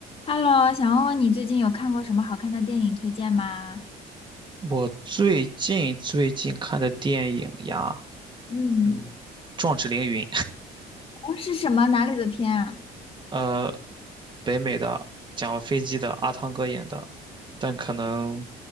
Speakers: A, on the left; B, on the right.
A: Hello，想问问你最近有看过什么好看的电影推荐吗？
B: 我最近最近看的电影呀，
A: 嗯，
B: 嗯，《壮志凌云》，
A: 哦，是什么？哪里的片啊？
B: 呃，北美的，讲飞机的，阿汤哥演的，但可能